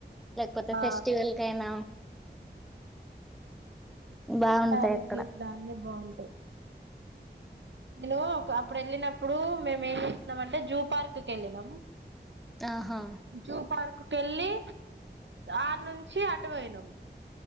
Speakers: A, in the centre; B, on the right.
A: లేకపోతే
B: ఆ
A: ఫెస్టివల్ కైయినా బాగుంటాయి
B: శారీ
A: అక్కడ
B: సీట్లు అన్నీ బాగుంటాయి నేను అప్పుడు వెళ్ళినప్పుడు మేము ఏం చేస్తున్నాం అంటే జూ పార్క్ కి వెళ్ళి నం
A: ఆహా
B: జూ పార్క్ కు ఎళ్ళి ఆ నుంచి అటు పోయినం